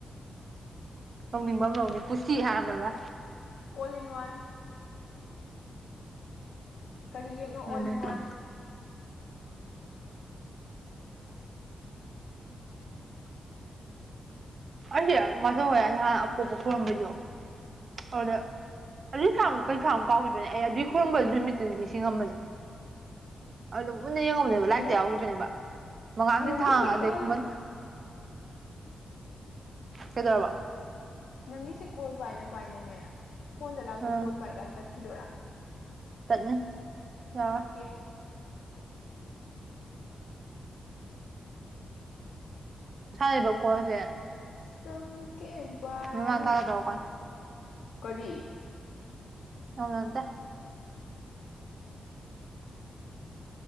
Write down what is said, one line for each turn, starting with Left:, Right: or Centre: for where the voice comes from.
Right: ꯇꯧꯅꯤꯡꯕ ꯑꯃ ꯂꯧꯅꯤ ꯀꯨꯇꯤ ꯍꯥꯏꯕ꯭ꯔꯥ
Left: ꯑꯣꯜ ꯏꯟ ꯋꯥꯟ ꯀꯔꯤ ꯌꯦꯛꯅꯣ ꯑꯣꯜ
Right: ꯅꯅ
Left: ꯏꯟ
Right: ꯆ
Left: ꯋꯥꯟ
Right: ꯑꯩꯗꯤ ꯃꯁꯧ ꯍꯣꯏ ꯅꯍꯥꯟ ꯑꯄꯣꯛꯄ ꯈꯨꯣꯏꯔꯨꯝꯝꯕꯩꯗꯣ ꯑꯗꯨꯗ ꯑꯗꯨꯏ ꯁꯥꯡ ꯀ ꯁꯥꯡ ꯀꯥꯎꯈꯤꯕꯅꯦ ꯑꯩ ꯑꯗꯨꯏ ꯈꯨꯣꯏꯔꯝꯕ ꯑꯗꯨ ꯅꯨꯃꯤꯠꯇꯨꯗꯗꯤ ꯁꯤ ꯉꯝꯕꯅꯦ ꯑꯗꯨꯝ ꯃꯨꯟꯅ ꯌꯦꯡꯉꯧꯕꯅꯦꯕ ꯂꯥꯏꯔꯤꯛꯇ
Left: ꯅꯪ
Right: ꯌꯥꯎꯈꯤꯕꯅꯦꯕ ꯃꯉꯥꯡꯒꯤ
Left: ꯅꯪꯒꯤꯁꯤ
Right: ꯊꯥꯡ ꯑꯗꯩ
Left: ꯀꯣꯜ
Right: ꯈꯨꯃꯟ ꯍꯩꯗ꯭ꯔꯕꯥ
Left: ꯅꯪꯒꯤꯁꯦ ꯀꯣꯜ ꯄꯥꯏꯅ ꯄꯥꯏꯅꯅꯦ ꯐꯣꯟꯗ ꯂꯥꯛꯄ
Right: ꯑꯥ
Left: ꯀꯣꯜ ꯄꯥꯏꯀꯥꯟ ꯇꯠꯈꯤꯗꯣꯏꯔꯥ
Right: ꯇꯠꯅ ꯌꯥ
Left: ꯑꯣꯀꯦ
Right: ꯁꯥꯔꯤꯕ ꯀꯣꯟꯁꯦ
Left: ꯆꯀꯦꯕꯔꯤꯁ
Right: ꯃꯃꯥꯡ ꯇꯥꯒ ꯇꯧꯔꯛꯄꯅꯦ
Left: ꯀꯔꯤ
Right: ꯍꯅꯗ